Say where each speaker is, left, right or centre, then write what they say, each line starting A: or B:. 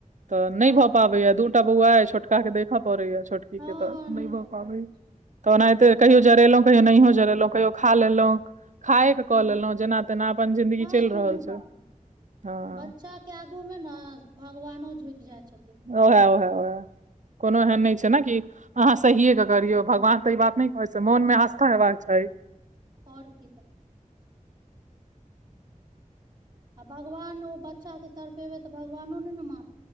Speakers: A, on the right; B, on the right.
A: तऽ नहि
B: हँ
A: भऽ पाबैया दूटा बौआ छोटका के देखऽ पड़ैय ठीके
B: हँ
A: तऽ नहि ब
B: भऽ
A: पबै
B: पाबै छै
A: तऽ ओनाहिते कहियो जरेलहुँ कहियो नहिय जरेलहुँ कहियो खा लेलहुँ खाय के कऽ
B: हूँ
A: लेलहुँं
B: हूँ
A: जेना तेना अपन जिंन्दगी
B: हँ
A: चलि
B: कोनो
A: रहल छै
B: बात
A: हँ
B: बच्चा के आगू में ने भगवानो झुकि जाय छथिन
A: ओहे ओहै ओहै कोनो एहन न
B: ह
A: छै ने कि अहाँ सहिए के करियौ भगवान तऽ ई बात नहि कहे छै मोन मे आस्था हेबाक छै
B: आओर की तऽ आ भगवान ओ बच्चा के तड़पेबे तऽ भगवानो ने मा